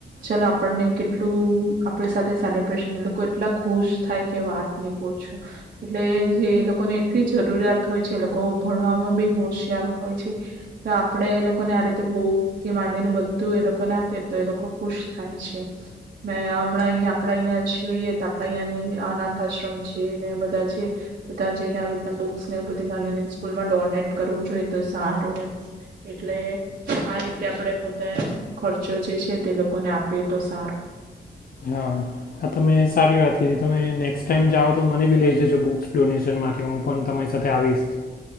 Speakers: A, on the right; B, on the left.
A: ચલો આપણને કેટલું આપણી સાથે- <inaudible> લોકો એટલા ખુશ થાય કેવા પહછો એટલે જે એ લોકોને એટલી જરૂરિયાત હોય છે એ લોકો ઉભણવામાં બી હોશિયાર હોય છે તો આપણેે એ લોકોને આ રીતે બોક થી માંડીને બધું એ લોકોને આપીએ તો એ લોકો ખુશ થાય છે મે હમણાં અહીંયા જોઈએ તો આપણેે અહં અનાથ આશ્ર છે ને બધા છે તો ત્યાં જઈને આવી રીતના બુક્સ ને એ બધી નાની સ્કૂલમાં ડોનેટ કરવું જોઈએ તો સારું એમ એટલે આ રીતે આપણે પોતા ખર્ચો જે છે તે લોકોને આપીએ તો સારો
B: હા હા તમે સારી વાત કરીધી તમે નેક્સ્ટ ટાઈમ જાઓ તો મને બી લઈ જજો બુક્સ ડોનેશન માટે હું પણ તમારી સાથે આવીશ